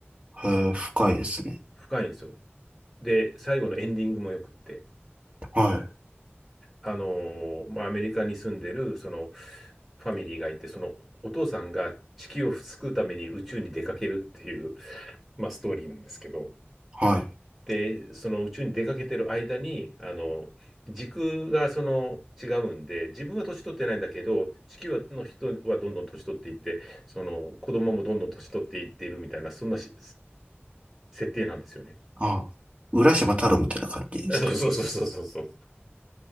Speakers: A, on the right; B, in the centre.
A: ー。へー深いですね。
B: 深いんですよ。で、最後のエンディングもよくって、
A: はい。
B: あのーまあ、アメリカに住んでる、その、ファミリーがいて、その、お父さんが地球を救うために宇宙に出かけるっていう、まあ、ストーリーなんですけど、
A: はい。
B: で、その宇宙に出かけてる間に、あの、時空がその違うんで、自分は年取ってないんだけど、地球の人はどんどん年取っていって、その子供もどんどん年取っていっているみたいな、そんなし設定なんですよね。
A: あ、浦島太郎みたいな感じですか。
B: <laughs> あそうそうそうそうそうそう。